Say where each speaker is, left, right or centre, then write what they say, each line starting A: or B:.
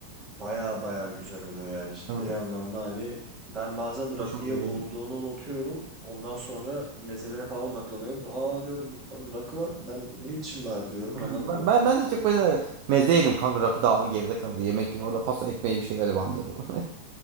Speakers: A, on the right (about 25°); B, on the right (about 45°).
A: baya baya güzel oluyor yani. Ciddi
B: Evet.
A: anlamda hani ben bazen rakıya
B: Hoşuma gidiyor.
A: olduğunu unutuyorum. Ondan sonra mezelere falan odaklanıyorum. Aa diyorum lan rakı vardı ben bunu içeyim bari diyorum
B: Ha,
A: <laughs> anladın
B: Ben,
A: mı?
B: ben, ben de çok böyle meze yerim kanka rakı daha geride kalır yemek yer. Orada pasta ekmeği bir şeyler bandırırım.